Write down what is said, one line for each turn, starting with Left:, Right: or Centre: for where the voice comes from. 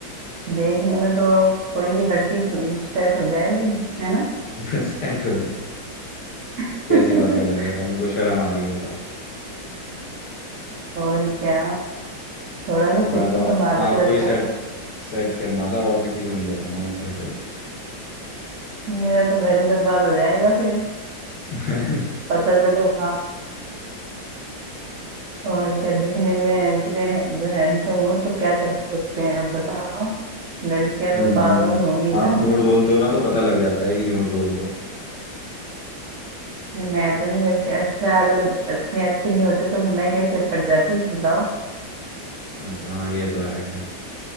Right: देखने में तो कोई भी लड़की सेट हो जाएगी है ना
Left: <laughs> सेट हो जाए
Right: <laughs>
Left: कैसी बातें कर रहे हो यार मेरे को शर्म आ रही है बताओ
Right: और क्या थोड़ा सा खुद
Left: मैं तो
Right: को संभाल
Left: आपको
Right: के रखा
Left: ही सेट
Right: करो
Left: सेट करना था और किसी को नहीं करूंगा मैं सेट
Right: मेरा तो घर ही बर्बाद हो जाएगा फिर
Left: वेट <laughs>
Right: पता चलो और क्या दिखने में इतने जो हैंडसम हो तो क्या कर सकते हैं अब बताओ लड़कियां
Left: हम्म,
Right: तो पागल होंगी ना
Left: आप झूठ बोलते हो ना तो पता लग जाता है कि झूठ बोल रहे हो
Right: नहीं मैं तो नहीं करती अच्छा अगर इतने अच्छे नहीं होते तो मैं कैसे पड़ जाती बताओ
Left: अच्छा हाँ ये तो है खैर